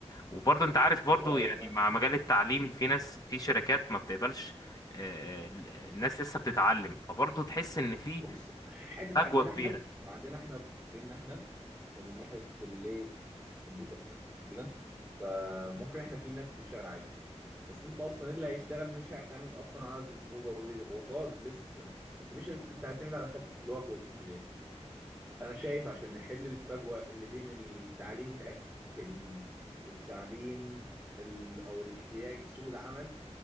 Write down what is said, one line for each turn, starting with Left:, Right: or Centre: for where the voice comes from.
Left: وبرضه انت عارف
Centre: من
Left: برضه
Centre: رايي
Left: يعني
Centre: انا
Left: مع مجال التعليم في ناس في شركات ما بتقبلش آه، ال- الناس لسه بتتعلم فبرضه تحس ان في
Centre: بص حتة
Left: فجوة
Centre: عندنا
Left: كبيرة
Centre: احنا لو عندنا احنا بينا احنا آه، من ناحية كلية كمبيوتر ساينس وكده فممكن احنا في ناس تشتغل عادي بس انت اصلا إيه اللي هيشتغل مش هيعتمد اصلا على ال- هو هو طالب لسه بس مش هتعتمد على حتة الوجبة والكلية انا شايف عشان نحل الفجوة اللي بين التعليم الاكاديمي والتعليم ال... او الاحتياج سوق العمل